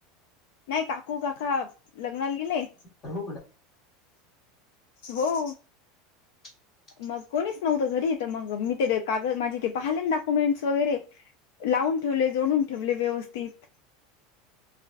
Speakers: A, on the left; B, on the left.
A: माये काकू- काका लग्नाला गेले.
B: करु का कट
A: हो,
B: <inaudible>
A: मग कोणीच नव्हतं घरी, तर मंग मी ते कागद माझे ते पाहिले डॉक्युमेंट्स वगैरे लावून ठेवले, जोडून ठेवले व्यवस्थित.